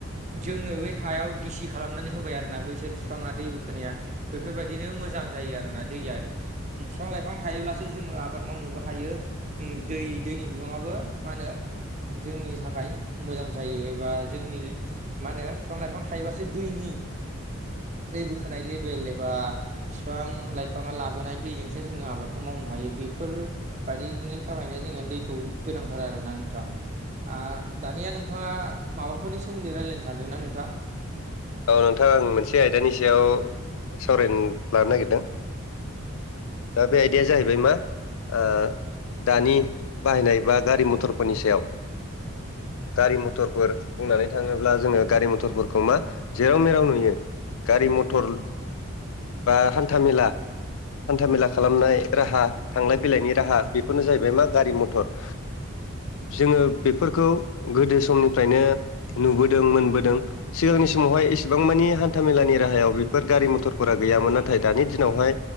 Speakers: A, on the right; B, on the left.
A: जोंनो बे हायाव गिसि खालामनानै होबाय आरोना बैसोर बिफाङा दै बोखोनाया बेफोरबायदिनो मोजां जायो आरोना दैया बिफां लाइफां थायोब्लासो जोङो आबाद मावनोबो हायो ओम दै दैनि बिबाङाबो मा होनो जोंनि थाखाय मोजां जायो एबा जोंनि मा होनो बिफां लाइफां थाइ थायोबासो दैनि दै बोखोनाय लेबेल एबा फिफां लाइफाङा लाबोनाय दैजों सो जोङो आबादखौ मावनो हायो। बेफोर बायदिनि थाखायनो जोङो दैखौ गोनांथार आरोना नोंथां। ओ दानिया नोंथाङा माबाफोरनि सोमोन्दै रायज्लायनो सानदोंना नोंथां
B: औ नोंथां आं मोनसे आयदानि सायाव सावरायनो लानो नागिरदों दा बे आयदाया जाहैबाय मा ओ दानि बाहायनाय बा गारि मथरफोरनि सायाव गारि मथरफोर बुंनानै थाङोब्ला जोङो गारि मथरफोरखौ मा जेराव मेराव नुयो गारि मथर बा हान्था मेला हान्था मेला खालामनाय राहा थांलाय फैलायनि राहा बेफोरनो जाहैबाय मा गारि मथर जोङो बेफोरखौ गोदो समनिफ्रायनो नुबोदों मोनबोदों। सिगांनि समावहाय एसेबां मानानि हान्थामेलानि राहायाव बेफोर गारि मथरफोरा गैयामोन। नाथाय दानि दिनावहाय